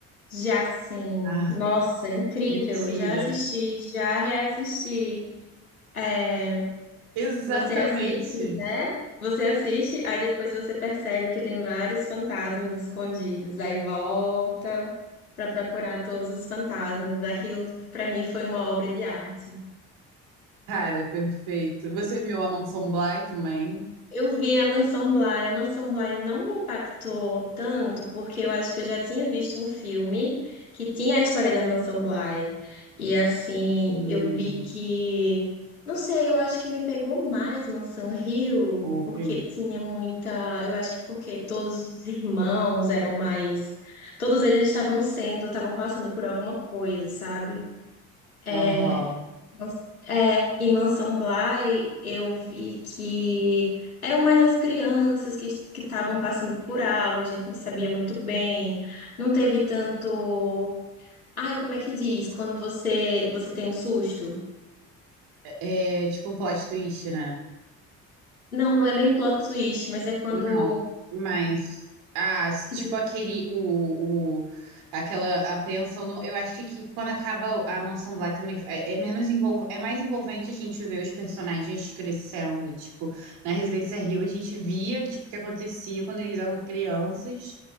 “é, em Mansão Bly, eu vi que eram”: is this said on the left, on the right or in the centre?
Left